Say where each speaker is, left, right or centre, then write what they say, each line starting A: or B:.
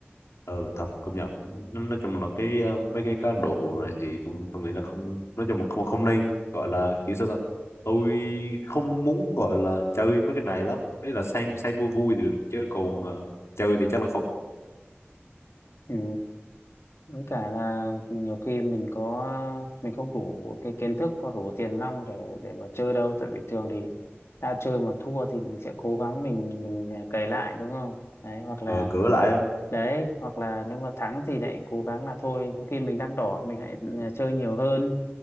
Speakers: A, on the left; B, on the left.
A: ờ thật công nhận nói, nói chung là cái ờ, mấy cái cá độ này thì tôi tôi nghĩ là không nói chung là không không nên gọi là kiểu sao ta tôi không muốn gọi là chơi mấy cái này lắm đấy là xem xem vui vui thì được chứ còn ờ, chơi thì chắc là không
B: ừ. Với cả là nhiều khi mình có mình không đủ cái kiến thức hoặc đủ tiền nong để để mà chơi đâu tại vì thường thì đã chơi mà thua thì mình sẽ cố gắng mình mình à, cày lại đúng không đấy hoặc là
A: ờ, cửa lại á.
B: đấy hoặc là nếu mà thắng thì lại cố gắng là thôi có khi mình đang đỏ mình lại à, chơi nhiều hơn